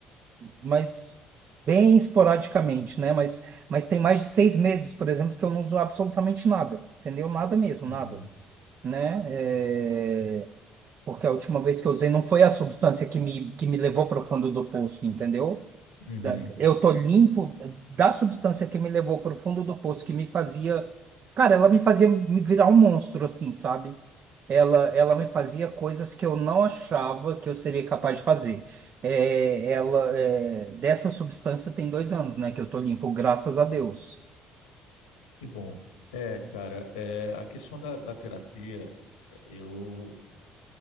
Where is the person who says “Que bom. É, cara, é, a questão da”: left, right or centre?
Left